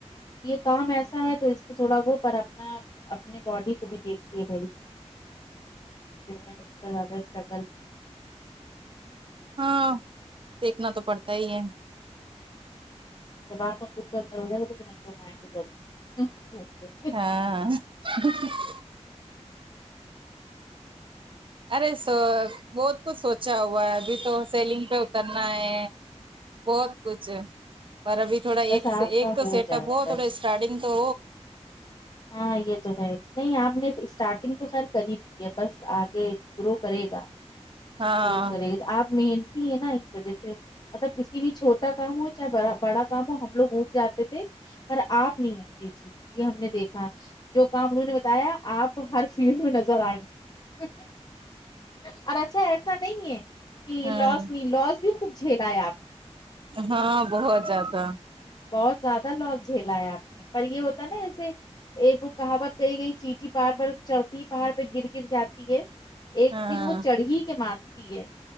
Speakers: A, on the left (about 40°); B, on the right (about 45°).
A: یہ کام ایسا ہے تو اس پہ تھوڑا وہ پر رکھنا اپنے باڈی کو بھی دیکھیے بھائی زیادہ اسٹرگل
B: ہاں دیکھنا تو پڑتا ہی ہے
A: جب اپ کا خود کا گھر ہو جائیں گا تو پھر ہم لوگ ائیں گے جب ہم
B: <inaudible> ارے سوس بہت کچھ سوچا ہوا ہے ابھی تو سیلنگ پہ اترنا ہے بہت کچھ ہے پر ابھی تھوڑا ایک
A: بس آپ
B: سے ایک
A: کا
B: تو سیٹ
A: جائے
B: اپ ہو
A: بس
B: تھوڑے سٹارٹنگ تو
A: ہاں یہ تو ہے نہیں آپ نے اسٹارٹنگ تو خیر کری دی ہے بس اگے گرو کرے گا
B: ہاں
A: شروع کرے اپ محنتی ہے نا اس وجہ سے مطلب کسی بھی چھوٹا کام ہو چاہے بڑا کام ہو ہم لوگ اٹ جاتے تھے پر آپ نہیں اتی تھی یہ ہم نے دیکھا جو کام انہوں نے بتایا آپ ہر فیلڈ میں نظر آئیں گے اور اچھا نہیں ہے کہ
B: ہوں
A: لس نہیں لاس بھی خوب جھیلا ہے آپ
B: ہاں
A: نے
B: بہت زیادہ
A: بہت زیادہ لوگ جھیلا ہے آپ نے پر یہ ہوتا نا ایسے ایک وہ کہاوت کہی گئی چیٹی پہڑ پر چوتھی پہاڑ پہ گر گر جاتی ہے ایک
B: ہاں
A: دن وہ چڑھھی کے مانتی ہے